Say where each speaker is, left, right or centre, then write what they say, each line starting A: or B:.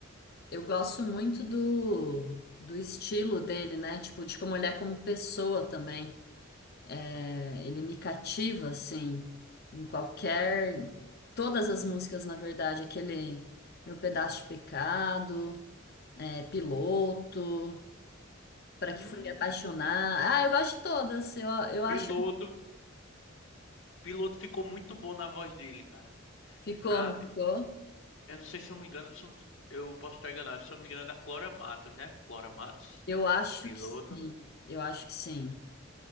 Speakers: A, on the left; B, on the left.
A: eu gosto muito do, do estilo dele, né? Tipo, de como ele é como pessoa também. É, ele me cativa, assim, em qualquer. Todas as músicas, na verdade, aquele Meu Pedaço de Pecado, é, Piloto, Pra Que
B: Hum,
A: Fui Me Apaixonar. Ah, eu gosto de todas. Eu, eu acho.
B: Piloto. Piloto ficou muito bom na voz dele, cara.
A: Ficou,
B: Na,
A: não ficou?
B: Eu não sei se eu me engano, se eu, não- eu posso estar enganado, se eu não me engano é da Flora Matos, né? Flora Matos,
A: Eu acho
B: piloto.
A: que sim. Eu acho que sim.